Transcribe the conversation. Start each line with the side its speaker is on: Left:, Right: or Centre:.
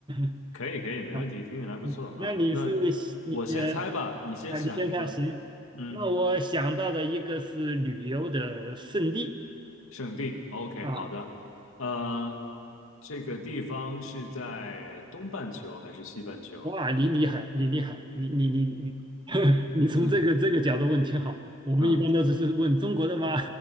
Right: <laughs>
Left: 可以可以，没问题，
Right: 啊，
Left: 听起来不错啊。
Right: 那你是你呃
Left: 那我先猜吧，你先想一个，
Right: 啊，你现在行，
Left: 嗯，
Right: 那我想到的一个是旅游的胜地
Left: 圣地，OK，
Right: 啊。
Left: 好的，呃，这个地方是在东半球还是西半球？
Right: 哇，你厉害，你厉害，你你你你，<laughs> 你从这个这个角度问挺好。
Left: 嗯
Right: 我们一般都是是问中国的吗？
Left: 嗯